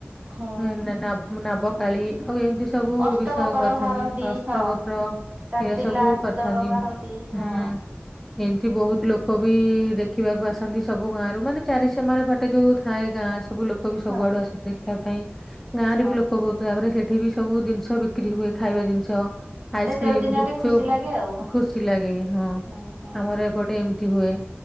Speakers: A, on the right; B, in the centre.
A: ହୁଁ
B: ହେଁ ନା ନା-ନାବ କାଳୀ ଆଉ ଏମତି ସବୁ
A: ଅଷ୍ଟବକର
B: ବିଷୟ କରିଥାନ୍ତି
A: ବାହାରନ୍ତି
B: ଅଷ୍ଟ୍ର
A: ହଁ।
B: ବକ୍ର।
A: ତାର
B: ଏଇରା
A: ପିଲା
B: ସବୁ କରିଥାନ୍ତି
A: ଦଳ ବାହାରନ୍ତି ହଁ
B: ହୁଁ ଏମତି ବହୁତ ଲୋକ ବି ଦେଖିବାକୁ ଆସନ୍ତି ସବୁ ଗାଁ ରୁ ମାନେ ଚାରି ସେମାନେ ବାଟେ ଯୋଉ ଥାଏ ଗାଁ ସବୁ ଲୋ ଲୋକ ବି ସବୁଆଡୁ
A: ହଁ
B: ଆସିିନ୍ତି ଦେଖିବା ପାଇଁ ଗାଁ ରେ
A: ହଁ।
B: ବି ଲୋକ ବହୁତ ଭାବରେ ସେ ଏଠି ବି ସବୁ ଜିନିଷ ବିକ୍ରି ହୁଏ ଖାଇବା ଜିନିଷ। ଆଇସ୍କ୍ରିମ୍
A: ସେ ତେର ଦିନିଆ
B: ଗୁପଚୁପ୍
A: ଟିକେ ଖୁସି ଲାଗେ ଆଉ
B: ଖୁସି ଲାଗେ ହଁ
A: ହୁଁ ହୁଁ
B: ଆମର ଏପଟେ ଏମ୍ ଟି ହୁଏ